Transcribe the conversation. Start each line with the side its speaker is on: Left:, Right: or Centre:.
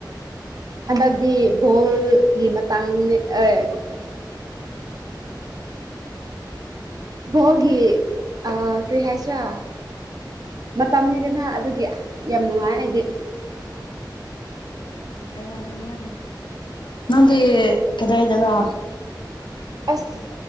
Right: ꯍꯟꯗꯛꯇꯤ ꯕꯣꯜꯒꯤ ꯃꯇꯥꯡꯅꯦ ꯑꯦ ꯕꯣꯜꯒꯤ ꯀꯔꯤ ꯍꯥꯏꯁꯤꯔꯥ ꯃꯇꯝꯅꯤꯗꯅ ꯑꯗꯨꯒꯤ ꯑꯁ ꯌꯥꯝ ꯅꯨꯡꯉꯥꯏ ꯑꯩꯗꯤ
Left: ꯒꯅꯤ ꯅꯗꯤ ꯀꯗꯥꯗꯒ
Right: ꯑꯁ